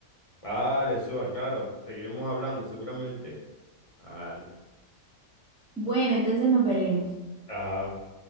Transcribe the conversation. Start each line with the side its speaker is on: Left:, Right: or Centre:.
Left: Vale, Suar, claro. Seguiremos hablando seguramente. Vale.
Centre: Bueno, entonces nos veremos.
Left: Chao.